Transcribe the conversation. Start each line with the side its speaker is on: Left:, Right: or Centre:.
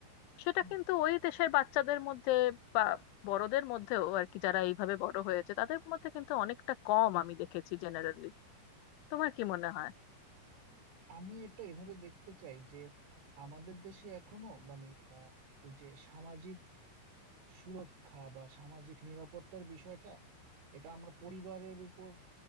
Left: সেটা
Right: হুম।
Left: কিন্তু ওই দেশের বাচ্চাদের মধ্যে বা বড়দের মধ্যেও আর কি যারা এইভাবে বড় হয়েছে তাদের মধ্যে কিন্তু অনেকটা কম আমি দেখেছি জেনারেলি তোমার কি মনে হয়
Right: আমি এটা এভাবে দেখতে চাই যে আমাদের দেশে এখনো মানে আহ, ওই যে সামাজিক সুরক্ষা বা সামাজিক নিরাপত্তার বিষয়টা এটা আমরা পরিবারের উপর